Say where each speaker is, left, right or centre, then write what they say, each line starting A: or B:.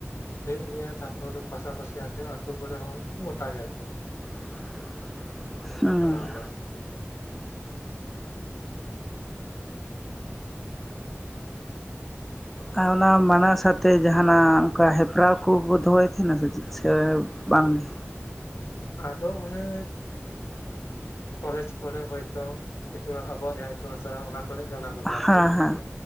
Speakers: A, on the left; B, in the centre.
A: ᱦᱩᱭᱩᱜ ᱜᱮᱭᱟ ᱛᱟᱯᱚᱨ ᱯᱟᱥᱟᱯᱟᱥᱤ ᱟᱛᱮ ᱟᱹᱛᱩ ᱠᱚᱨᱮ ᱦᱚᱸ ᱜᱚᱴᱟ ᱜᱮ ᱟᱨᱠᱤ
B: <unintelligible> ᱦᱩᱸ
A: ᱢᱟᱱᱟᱣ ᱫᱚ
B: ᱟᱨ ᱚᱱᱟ ᱢᱟᱱᱟ ᱥᱟᱣᱛᱮ ᱡᱟᱦᱟᱱᱟᱜ ᱚᱱᱠᱟ ᱦᱮᱯᱨᱟᱣ ᱠᱚᱠᱚ ᱫᱚᱦᱚᱭᱮᱫ ᱛᱟᱦᱮᱱᱟ ᱥᱮ ᱪᱮᱫ ᱥᱮ ᱵᱟᱝ ᱜᱮ
A: ᱟᱫᱚ ᱚᱱᱮ ᱠᱚᱞᱮᱡᱽ ᱠᱚᱨᱮ ᱦᱚᱭᱛᱚ ᱤᱛᱩᱱ ᱟᱵᱩᱣᱟᱜ ᱡᱟᱸᱦᱟ ᱤᱛᱩᱱ ᱟᱥᱲᱟ ᱚᱱᱟ ᱠᱚᱨᱮᱜ ᱜᱮ ᱚᱱᱟ ᱵᱷᱟ
B: ᱦᱮᱸ
A: ᱪ
B: ᱦᱮᱸ